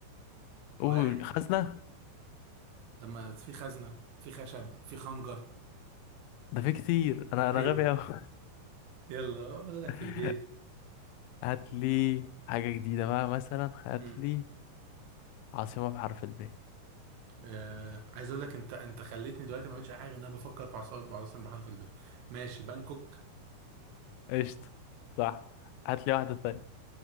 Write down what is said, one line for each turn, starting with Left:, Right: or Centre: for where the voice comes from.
Left: قول
Right: واحد
Left: خزنة
Right: طب ما في خزنه في خشب في خنجر
Left: ده في كتير انا انا
Right: ايوه
Left: غبي اوي
Right: يلا اعمل لك في
Left: <laughs>
Right: البيت
Left: هات لي حاجة جديدة بقى مثلا هات
Right: مم.
Left: لي عاصمة بحرف الب
Right: آه عايز اقول لك انت انت خليتني دلوقتي ما قلتش اي حاجه ان انا بفكر في عاصمه عاصمه بحر في البيت ماشي بانكوك
Left: قشطة صح هات لي واحدة تانية